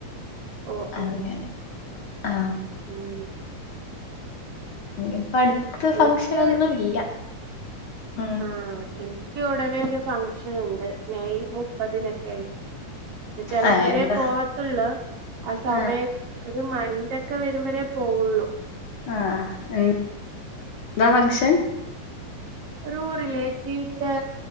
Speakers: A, on the right; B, on the left.
A: ഓ ഓ
B: അങ്ങനെ ആ
A: ഉം
B: ഇഞ്ഞി പ്പട്ത്ത്
A: എനിക്ക്
B: ഫംങ്ങ്ഷനൊന്നും ഇല്ല ഉം
A: ആ എൻക്ക് ഉടനെ ഒരു ഫങ്ങ്ഷൻ ഉണ്ട് മെയ് മുപ്പതിനൊക്കെ ആയിട്ട് പ ചെലപ്പഴേ
B: ആഹ് എന്താ
A: പോകത്തൊള്ളൂ ആ സമയത്ത്
B: ആഹ്
A: ഒരു മൈന്റക്കെ വരുമ്പഴേ പോവുള്ളു
B: ആ എ എന്താ ഫംങ്ങ്ഷൻ
A: ഒരു റിലേറ്റീവിന്റെ